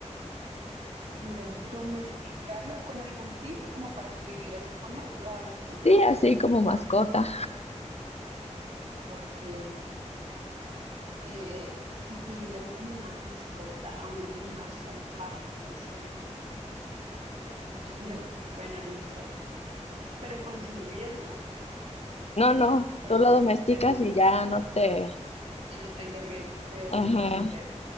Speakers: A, on the right; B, on the left.
A: Si pudiera domesticarlo con algún fin, como para que viviera yo con él o algo así.
B: Sí, así como mascota.
A: Ok. Eh, si tuviera como una mascota a un animal salvaje, ¿cuál sería? Pucha, yo, bueno, no sé. Pero con sus riesgos,
B: No, no,
A: o
B: tú lo domesticas
A: ya no,
B: y ya no te...
A: ya no tengo riesgos de,
B: Ajá,
A: de su tema.